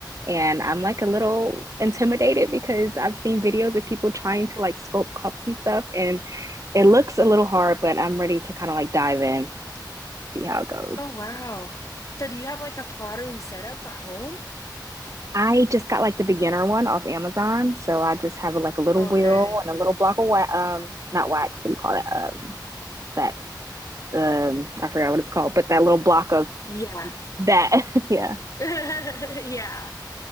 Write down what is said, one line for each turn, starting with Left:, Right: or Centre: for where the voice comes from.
Right: And I'm like a little intimidated because I've seen videos of people trying to like sculpt cups and stuff, and it looks a little hard, but I'm ready to kind of like dive in, see how it goes.
Left: Oh, wow. So do you have like a pottery setup at home?
Right: I just got like the beginner one off Amazon, so I just have like a little
Left: Okay.
Right: wheel and a little block of wax, um, not wax, what do you call it? Um, that um, I forgot what it's called, but that little block of
Left: Yeah. <laughs>
Right: that, <laughs> yeah.
Left: Yeah.